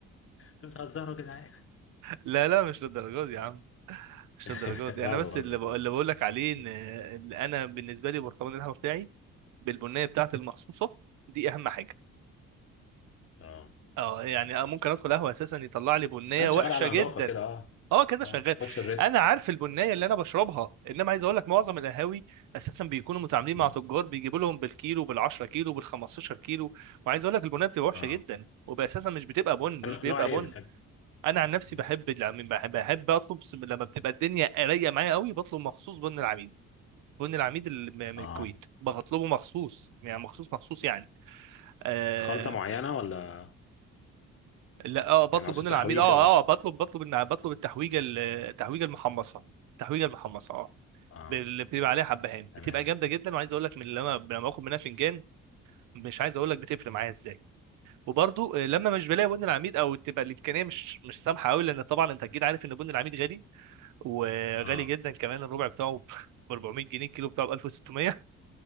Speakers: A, on the left; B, on the right.
A: انتوا بتهزروا يا جدعان
B: لا لا مش للدرجه دي يا عم مش
A: <laughs>
B: للدرجه
A: لا
B: دي انا
A: انا
B: بس
A: بهزر
B: اللي بقول
A: بهزر
B: اللي بقول لك عليه ان
A: بهزر.
B: إن انا بالنسبه لي برطمان القهوه بتاعي بالبنيه بتاعتي المخصوصه دي اهم حاجه
A: اه
B: اه يعني أنا ممكن ادخل قهوه اساسا يطلع لي بنيه
A: انا شغال
B: وحشه
A: على
B: جدا
A: نظافه كده اه
B: اه كده
A: اه
B: شغال
A: ما تاخدش الريسك
B: انا عارف البنيه اللي انا بشربها انما عايز اقول لك معظم القهاوي اساسا بيكونوا متعاملين
A: مم.
B: مع تجار بيجيبوا لهم بالكيلو بال10 كيلو بال15 كيلو وعايز اقول لك البنيه بتبقى وحشه
A: اه
B: جدا وباساسا مش بتبقى بن مش
A: ن-
B: بيبقى
A: نوع ايه
B: بن
A: بتحب
B: انا عن نفسي
A: مم.
B: بحب العميل بحب, بحب اطلب س- لما بتبقى الدنيا قريه معايا قوي بطلب مخصوص بن العميد بن العميد اللي من
A: اه
B: الكويت بطلبه مخصوص يعني مخصوص مخصوص يعني آه،
A: خلطه معينه ولا
B: لا اه بطلب
A: يعني اقصد
B: من
A: تحويجه
B: العميل اه
A: ولا
B: اه بطلب بطلب الم- بطلب التحويجه ال- التحويجه المحمصه التحويجه المحمصه اه
A: اه
B: اللي بيبقى عليها حبهان
A: تمام
B: بتبقى جامده جدا وعايز اقول لك من لما لما باخد منها فنجان مش عايز اقول لك بتفرق معايا ازاي وبرضو آه، لما مش بلاقي بن العميد او تبقى الامكانيه مش مش سامحه قوي لان طبعا انت اكيد عارف ان بن العميد غالي وغالي
A: اه
B: جدا كمان الربع بتاعه ب <laughs> 400 جنيه الكيلو بتاعه ب 1600